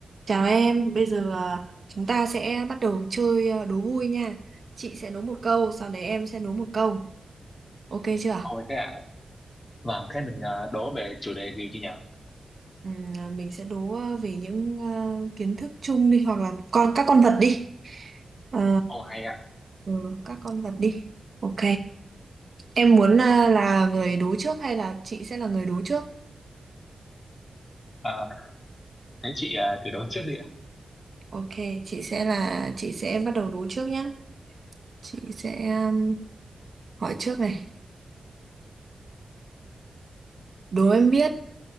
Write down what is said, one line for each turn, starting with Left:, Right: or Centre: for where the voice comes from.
Right: Chào em, bây giờ à, chúng ta sẽ bắt đầu chơi à, đố vui nha. Chị sẽ đố một câu, sau đấy em sẽ đố một câu. Ok chưa?
Left: Ôi thế ạ, vâng, thế mình ờ, đố về chủ đề gì chị nhỉ?
Right: Ừm, à, mình sẽ đố à, về những à, kiến thức chung đi hoặc là con các con vật đi. Ờ,
Left: Ồ hay ạ,
Right: ừ, các con vật đi. Ok. Em muốn à, là người đố trước hay là chị sẽ là người đố trước?
Left: Ờ, thế chị ờ, thử đố trước đi ạ.
Right: Ok, chị sẽ là chị sẽ bắt đầu đố trước nhé. Chị sẽ um, hỏi trước này. Đố em biết